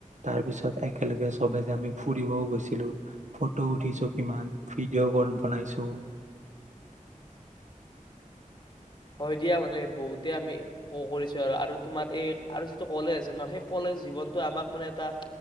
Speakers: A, on the right (about 60°); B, on the left (about 35°).
A: তাৰ পিছত একেলগে চবে যে আমি ফুৰিবও গৈছিলো ফটো উঠিছো কিমান ভিডিঅ' কণ বনাইছো
B: হয় দিয়া মানে বহুতে আমি ক কৰিছো আৰু আৰু তোমাৰ এই আৰু যিটো কলেজ আছে ন সেই কলেজ জীৱনটো আমাক মানে এটা